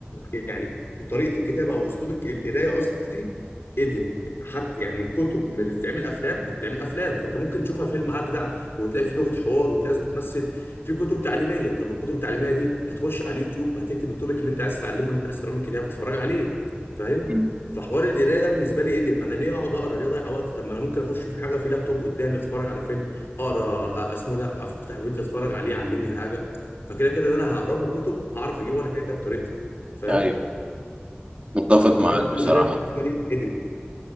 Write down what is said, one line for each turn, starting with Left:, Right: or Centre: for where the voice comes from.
Left: يعني طريقه الكتابه او اسلوبك القرايه قصدي ادم حتى يعني الكتب ما بتتعمل افلام ما بتتعمل افلام فانت ممكن تشوفها فيلم اجدع وتلاقي فيه لغه حوار وتلاقي ناس بتمثل في كتب تعليميه طب الكتب التعليميه دي هتخش على اليوتيوب هتكتب التوبيك اللي انت عايز تتعلمه اللي انت عايز تقراه من الكتاب تتفرج عليه فاهم
Right: مم.
Left: فحوار القرايه ده بالنسبه لي ادم انا ليه اقعد اقرا ليه اضيع وقتي طب ما انا ممكن اخش في حاجه في لابتوب قدامي اتفرج على فيلم اقرا أ- اسمه إيه ده افتح فيديو اتفرج عليه يعلمني حاجه فكده كده ده انا هقراه من الكتب هعرف اجيبه انا كده كده بطريقتي فاهم
Right: ايوه متفق
Left: فحوار
Right: معاك
Left: القرايه
Right: بصراحة
Left: بالنسبه لي ادم